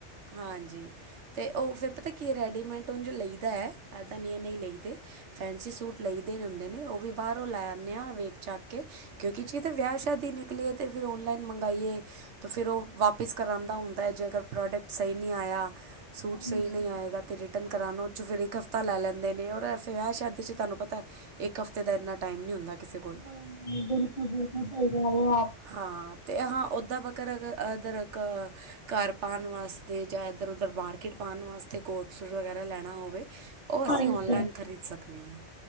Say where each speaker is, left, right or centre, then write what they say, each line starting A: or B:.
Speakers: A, on the right (about 70°); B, on the left (about 30°).
A: ਹਾਂਜੀ ਤੇ ਉਹ ਫਿਰ ਪਤਾ ਕੀ ਆ ਰੈਡੀਮੇਟ ਉੰਝ ਲਈਦਾ ਇੱਦਾਂ ਨਹੀਂ ਹੈ ਨਹੀਂ ਲਈ ਦੇ। ਫੈਂਸੀ ਸੂਟ ਲਈ ਦੇ ਹੁੰਦੇ ਨੇ। ਉਹ ਵੀ ਬਾਹਰੋਂ ਲੈ ਆਂਨੇ ਆ ਵੇਖ ਚਾਖ ਕੇ ਕਿਉਂਕਿ ਜੇ ਤੇ ਵਿਆਹ ਸ਼ਾਦੀ ਨਿਕਲੀ ਏ ਤੇ ਫਿਰ ਔਨਲਾਈਨ ਮੰਗਾਈਏ। ਫਿਰ ਉਹ ਵਾਪਿਸ ਕਰਾਂਦਾ ਹੁੰਦਾ ਜੇਕਰ ਪ੍ਰੋਡਕਟ ਸਹੀ ਨਹੀਂ ਆਇਆ, ਸੂਟ
B: ਹਾਂਜੀ
A: ਸਹੀ ਨਹੀਂ ਆਏਗਾ ਤੇ ਰਿਟਰਨ ਕਰਾਨਾ ਉਹ 'ਚ ਫਿਰ ਇੱਕ ਹਫਤਾ ਲੈ ਲੈਂਦੇ ਨੇ ਔਰ ਵਿਆਹ ਸ਼ਾਦੀ 'ਚ ਤੁਹਾਨੂੰ ਪਤਾ ਇੱਕ ਹਫ਼ਤੇ ਦਾ ਇੰਨਾ ਟਾਈਮ ਨੀ ਹੁੰਦਾ। ਕਿਸੇ ਕੋਲ
B: ਨਹੀਂ-ਨਹੀਂ ਬਿਲਕੁਲ-ਬਿਲਕੁਲ ਸਹੀ ਗੱਲ ਆ।
A: ਹਾਂ। ਅਹਾ ਉਹਦਾ ਬੱਕਰ ਇੱਧਰ ਘਰ ਪਾਉਣ ਵਾਸਤੇ ਜਾਂ ਇੱਧਰ ਉੱਧਰ ਮਾਰਕੀਟ ਪਾਅਣ ਵਾਸ ਕੋਟਸੂਟ ਵਗੈਰਾ ਲੈਣਾ ਹੋਵੇ। ਉਹ ਅਸੀਂ
B: ਹਾਂਜੀ
A: ਓਨਲਾਈਨ ਖਰੀਦ ਸਕਦਨੇ ਹਾਂ।